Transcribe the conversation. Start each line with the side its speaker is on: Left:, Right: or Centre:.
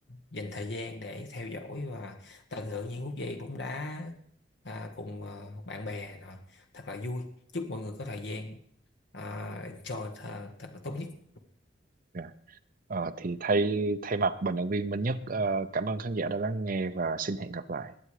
Left: dành thời gian để theo dõi và tận hưởng những phút giây bóng đá à, cùng à, bạn bè nọ thật là vui chúc mọi người có thời gian à, enjoy thật, thật là tốt nhất
Right: Dạ. Ờ, thì thay thay mặt bình luận viên Minh Nhất à, cảm ơn khán giả đã lắng nghe và xin hẹn gặp lại.